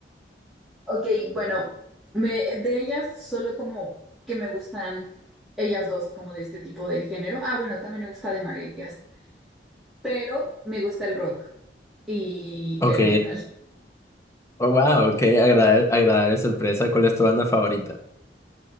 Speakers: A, in the centre; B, on the left (about 15°).
A: Ok, bueno, me, de ellas solo como que me gustan ellas dos, como de este tipo de género. Ah, bueno, también me gusta de Marías, pero me gusta el rock y
B: Ok.
A: el metal.
B: Oh, wow, ok. Agrada- Agradable, sorpresa. ¿Cuál es tu banda favorita?